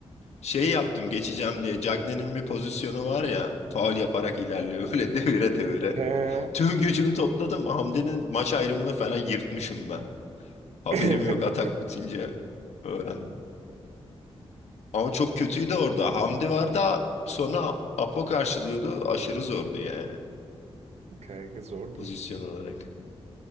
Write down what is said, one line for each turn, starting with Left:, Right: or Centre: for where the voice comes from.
Left: Şeyi yaptım geçeceğim diye. Cagney'nin bir pozisyonu var ya. Faul yaparak ilerliyor <laughs> böyle devire devire.
Right: He.
Left: Tüm gücümü topladım. Hamdi'nin maç ayrımını falan yırtmışım ben. Haberim
Right: <laughs>
Left: yok atak bitince öğrendim. Ama çok kötüydü orada. Hamdi vardı sonra Apo karşılıyordu. Aşırı zordu yani
Right: Kanka zordur.
Left: pozisyon olarak.